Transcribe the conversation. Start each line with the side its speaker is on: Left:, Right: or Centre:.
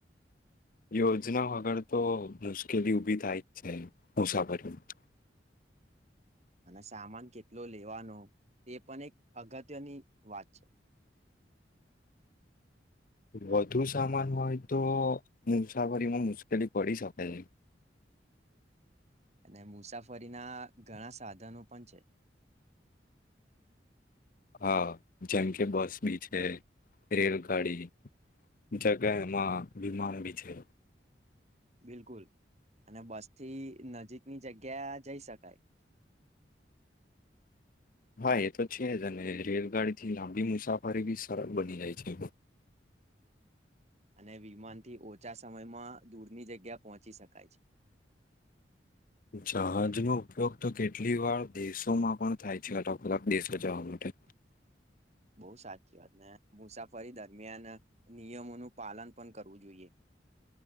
Left: યોજના વગર તો મુશ્કેલી ઉભી થાય જ છે મુસાફરી માં
Right: <inaudible> અને સામાન કેટલો લેવાનો એ પણ એક અગત્યની વાત છે.
Left: વધુ સામાન હોય તો મુસાફરીમાં મુશ્કેલી પડી શકે છે.
Right: અને મુસાફરીના ઘણા સાધનો પણ છે.
Left: હા જેમ કે બસ બી છે રેલગાડી જગ્યા એમાં વિમાન ભી છે.
Right: બિલકુલ અને બસ થી નજીકની જગ્યા જઈ શકાય. <inaudible>
Left: હા એ તો છે જ અને રેલગાડી થી લાંબી મુસાફરી બી સરળ બની જાય છે.
Right: <inaudible> અને વિમાનથી ઓછા સમયમાં દૂરની જગ્યા પહોંચી શકાય છે. <inaudible>
Left: જહાજનો ઉપયોગ તો કેટલી વાર દેશોમાં પણ થાય છે અલગ અલગ દેશો જવા માટે
Right: <inaudible> બો સાચી વાત ને મુસાફરી દરમિયાન નિયમોનું પાલન પણ કરવું જોઈએ.